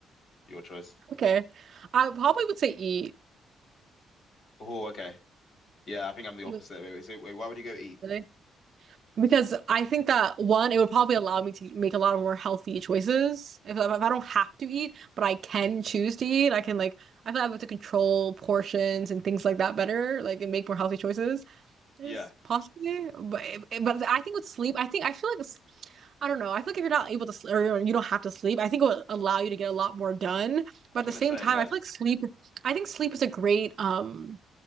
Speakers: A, on the left; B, on the right.
A: your choice.
B: Okay. I probably would say eat.
A: Oh, okay. Yeah, I think I'm the
B: You
A: opposite.
B: would-
A: Wait, wait. So, wait, why would you go eat?
B: really? Because I think that one, it would probably allow me to make a lot of more healthy choices. If, I- if I don't have to eat, but I can choose to eat, I can like I feel like I'm able to control portions and things like that better, like and make more healthy choices. Is
A: Yeah,
B: possibly, but but I think with sleep, I think I feel like it's, I don't know. I feel like if you're not able to sleep or you don't have to sleep, I think it will allow you to get a lot more done.
A: I
B: But
A: was
B: at
A: gonna
B: the same
A: say
B: time,
A: yeah,
B: I feel like sleep. I think sleep is a great um